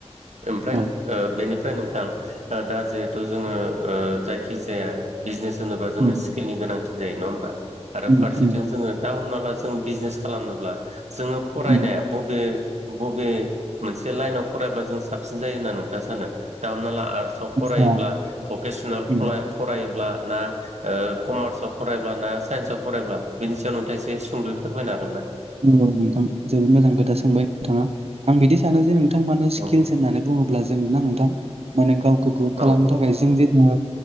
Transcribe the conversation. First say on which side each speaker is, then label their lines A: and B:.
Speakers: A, on the right; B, on the right.
A: ओमफ्राय
B: औ
A: ओ बेनिफ्राय नोंथां दा जिहेथु जोङो ओ जायखि जाया बिजनेस होनोबा जोंनो
B: उम
A: स्किलनि गोनांथि जायो नङा होमबा? आरो
B: उम
A: फारसेथिं
B: उम
A: जोङो दा हमना ला जों बिजनेस खालामनोब्ला जोङो फरायनाया
B: उम
A: बबे बबे मोनसे लाइनाव फरायबा जों साबसिन जायो होनना नोंथाङा सानो? दा हमनानै ला आर्टसआव
B: आतसा
A: फरायोब्ला भकेसनेल
B: उम
A: फरायोब्ला ना ओ कमार्सआव फरायब्ला ना साइन्सआव फरायब्ला बिनि सायाव नोंथाङा एसे सुंद'यै फोरमायनो हागोन ना?
B: बुंगोन‌ नोंथां जोबोद मोजां खोथा सोंबाय नोंथाङा आं बिदि सानो जे नोंथां माने स्किलस
A: औ
B: होननानै बुङोब्ला जों ना नोंथां माने गावखौ ग्रथ खालामनो
A: औ
B: थाखाय जों जे ओ